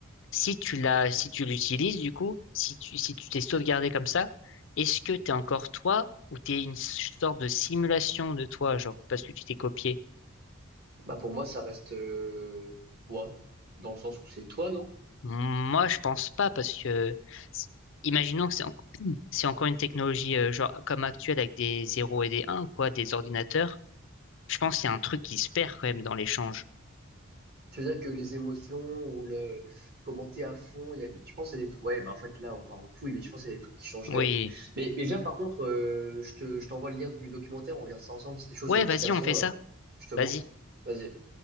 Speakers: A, on the left; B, on the right.
A: Si tu l'as, si tu l'utilises, du coup, si tu, si tu t'es sauvegardé comme ça, est-ce que t'es encore toi ou t'es une sorte de simulation de toi, genre, parce que tu t'es copié?
B: Bah pour moi, ça reste euh, toi, dans le sens où c'est toi, non?
A: Moi, je pense pas parce que, s- imaginons que c'est en- <clears throat> c'est encore une technologie, euh, genre, comme actuelle avec des zéros et des 1, quoi, des ordinateurs. Je pense qu'il y a un truc qui se perd quand même dans l'échange.
B: Tu veux dire que les émotions ou le commenter à fond, il y a, je pense que c'est des trucs. Ouais, bah en fait là, on part en couille, mais je pense que c'est des trucs qui changeraient,
A: Oui.
B: ouais. Mais, mais viens, par contre, euh, je te, je t'envoie le lien du documentaire, on regarde ça ensemble, c'était chaud
A: Ouais,
B: sur le petit
A: vas-y,
B: garçon,
A: on fait
B: là.
A: ça.
B: Je te montre.
A: Vas-y.
B: Vas-y.